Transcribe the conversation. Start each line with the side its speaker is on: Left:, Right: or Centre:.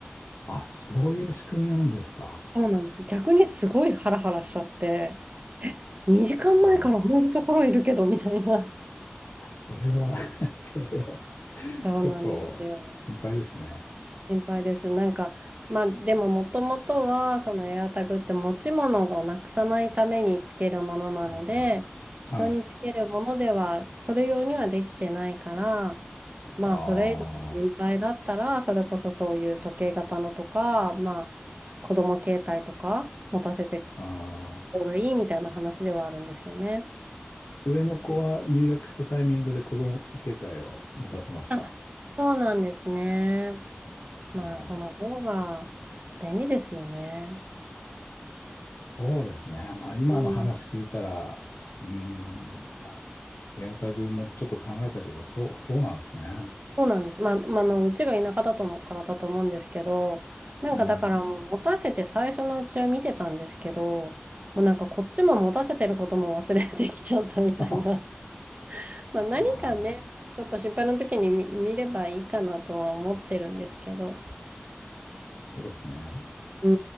Left: あ、そういう仕組みなんですか。
Right: そうなんです。逆にすごいハラハラしちゃって、2時間前から同じところいるけど、
Left: あ
Right: みたいな。
Left: あ、それは <laughs> それは
Right: そうなんですよ。
Left: ちょっと心配ですね。
Right: 心配です。なんか、まあ、でももともとは、そのエアタグって持ち物をなくさないためにつけるものなので、
Left: うん
Right: 人につけるものでは、
Left: はい。
Right: それ用にはできてないから、まあ、
Left: あ
Right: それ以上心配だったら、それこそそういう時計型のとか、まあ、子供携帯とか持たせていく
Left: あ、ああ。
Right: 方がいいみたいな話ではあるんですよね。
Left: 上の子は入学したタイミングで子供携帯を持たせました。
Right: あ、そうなんですね。まあ、
Left: はい。
Right: その方が便利ですよね。
Left: そうですね。まあ今の話聞いたら、
Right: うん
Left: うーん、エアタグもちょっと考えたけど、そう、そうなんですね。
Right: そうなんです。まあ、まあ、あの、うちが田舎だと思うからだと思うんですけど、なんかだからもう持たせて最初のうちは見てたんですけど、
Left: うーん。
Right: もうなんかこっちも持たせてることも忘れてきちゃったみたいな。
Left: <laughs> あ
Right: <laughs> まあ何かね、
Left: あー、
Right: ちょっと心配な時に見、見ればいいかなとは思ってるんですけど。
Left: そうですね。
Right: う